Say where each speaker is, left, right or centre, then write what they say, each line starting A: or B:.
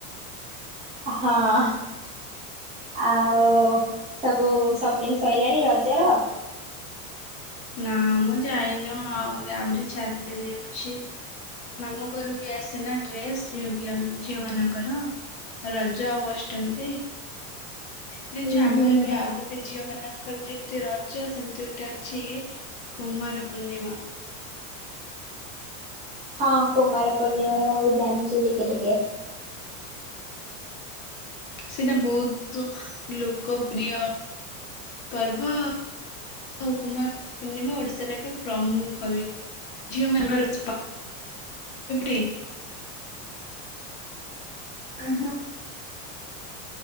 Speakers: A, on the right (about 15°); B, on the left (about 40°).
A: ହଁଅଅ, ଆଉ ସବୁ ସପିଙ୍ଗ୍ ସଇଲାଣି ରଜର?
B: ନା ମୁଁ ଯାଇନ ଆହୁ ଆହୁରି ଚାରି ଦିନ ଅଛି, ମାମୁଁ ଘରୁ ବି ଆସେନା ଡ୍ରେସ ଝିଅ ପିଲା ଝିଅ ମାନଙ୍କର ରଜ ଆଉ ଅଷ୍ଟମୀରେ। ଜିନିଷ
A: ହୁଁ
B: ଆମର
A: ହୁଁ
B: ବି ଆଉ ଗୋଟେ ଝିଅ ମାନଙ୍କ୍ ତାଙ୍କର ଯେମିତି ରଜ ସେମିତି ଗୋଟେ ଅଛି କୁମାର ପୂର୍ଣ୍ଣିମା।
A: ହଁ କୁମାର ପୂର୍ଣ୍ଣିମାର ମୁଁ ବି ଜାଣିଛି ଟିକେ ଟିକେ
B: ସେଇଟା ବହୁତ୍ ଲୋକପ୍ରିୟ ପର୍ବ ଆଉ କୁମାର ପୂର୍ଣ୍ଣିମା ଓଡିଶାର ଏକ ପ୍ରମୁଖ ବି ଝିଅ ମାନଙ୍କର। <unintelligible>
A: ଉହୁଁ